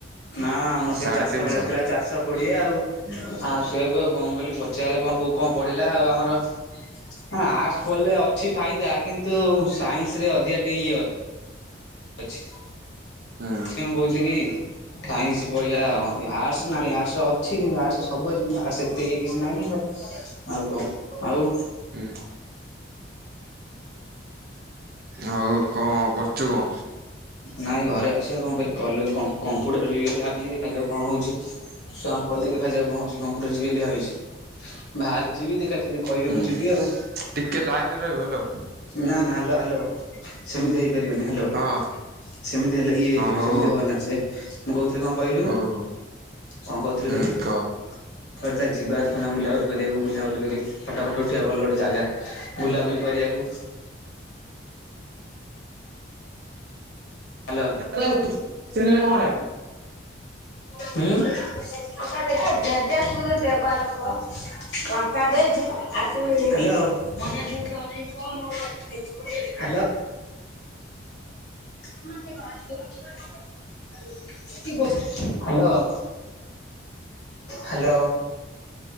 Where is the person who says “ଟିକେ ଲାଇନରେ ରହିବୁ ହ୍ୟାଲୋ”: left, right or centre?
Right